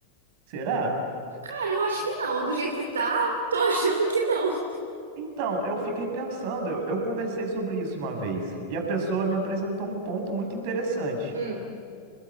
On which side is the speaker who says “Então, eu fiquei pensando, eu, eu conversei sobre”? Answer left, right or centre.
Right